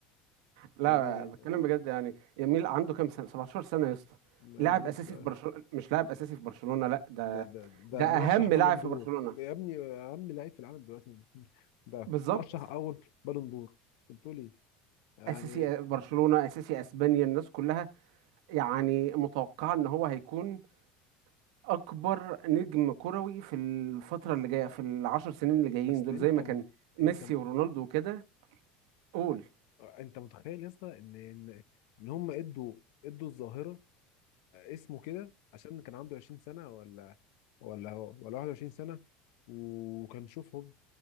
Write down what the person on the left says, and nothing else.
يعني
ما
لسه
ده ده ده
مرشح
بالون
دور
ده يا ابني اهم لعيب في العالم دلوقتي <laughs> ده
مرشح اول بالون دور انت بتقول ايه يعني
اصل
انت
مت...
انت
انت متخيل يا اسطى ان ان إن هم ادوا ادوا الظاهره اسمه كده عشان كان عنده 20 سنه ولا ولا ولا 21 سنه وكان شوف هو